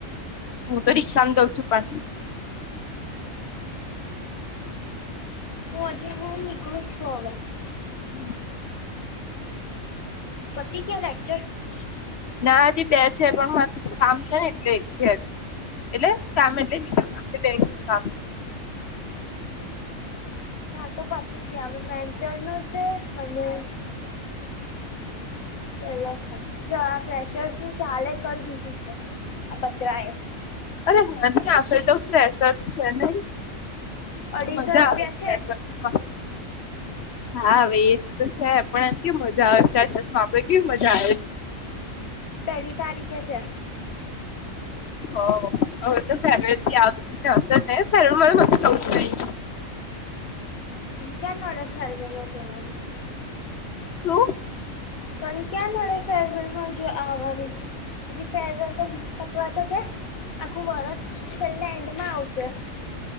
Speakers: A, on the left (about 55°); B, on the left (about 90°).
A: હું તરી સમજાવ છું પણ
B: હું હજે હું નીકળું છું હવે.
A: હમ.
B: પતિ ગ્યા લેક્ચર.
A: ના હજી બે છે પણ મા કામ છે ને એટલે ઘેર. એટલે કામ એટલે બીજા કામ છે બેન્કના.
B: માર તો પતી ગ્યા હવે મેન્ટર નું છે અને પેલા છે જો આ ફ્રેશર્સ નું ચાલે કર દીધું છે આ બતરાએ.
A: અરે હા નહી આપડે તો ફ્રેશર્સ છે નહી
B: અઢીસો
A: મજા
B: રૂપિયા
A: આવે છે ફ્રેશર્સ હા. હા હવે એ તો છે પણ એમ કે મજા આવેમાં ફ્રેશર્સમા આપડે કેવી મજા આવે.
B: પેલી તારીખે છે.
A: હવ હવે તો ફેરવેલ થી આવશે તો <unintelligible> ફેરવેલ માતે જવુંજ નહી.
B: ક્યાં નડે ફેરવેલનો જમલ.
A: શું?
B: તન ક્યાં નડે ફેરવેલમાં પણ જો આવવાનું પછી ફેરવેલ તો પતવા તો દે આખું વરસ છેલ્લે એન્ડમાં આવશે.